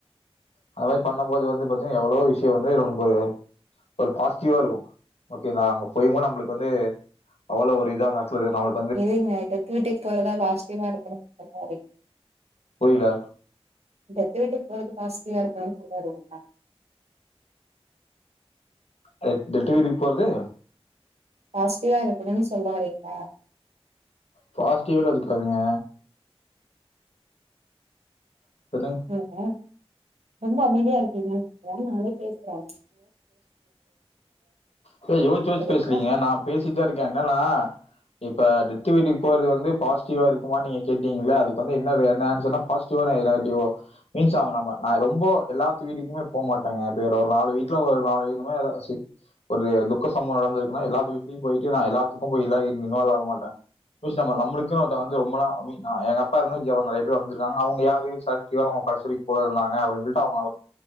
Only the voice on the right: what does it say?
எதுங்க டெத்து வீட்டுக்கு போறதா பாசிட்டிவா இருக்கணுனு சொல்ல வரிங்க
டெத்து வீட்டுக்கு போறது பாசிட்டிவா இருக்கான்னு சொல்லா வரிங்ளா
பாசிட்டிவா இருக்கணுன்னு சொல்ல வரீங்ளா
<unintelligible> ரொம்ப அமைதியா இருக்கீங்க நானே பேசுறே <unintelligible>
சரிங்களா